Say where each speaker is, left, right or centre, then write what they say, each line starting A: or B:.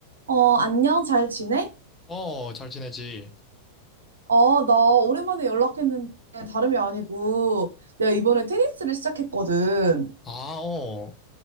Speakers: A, on the right; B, on the left.
A: 어, 안녕, 잘 지내?
B: 어, 잘 지내지.
A: 어, 나 오랜만에 연락했는데 다름이 아니고 내가 이번에 테니스를 시작했거든.
B: 아, 어,